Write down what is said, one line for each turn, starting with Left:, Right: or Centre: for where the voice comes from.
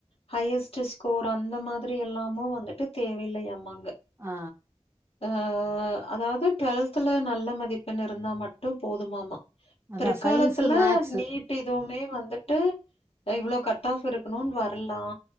Left: ஹையஸ்ட்டு ஸ்கோர் அந்த மாதிரி எல்லாமு வந்துட்டு தேவையில்லையாமாங்க
Right: ஆ
Left: அ அதாவ்து டுவெல்த்ல நல்ல மதிப்பெண் இருந்தா மட்டு போதுமாமா
Right: அதா
Left: பிற்காலத்துல
Right: சயின்ஸு மேக்ஸு
Left: நீட் டிதுமே வந்துட்டு அ இவ்ளோ கட் ஆஃப் இருக்குணுன் வர்லா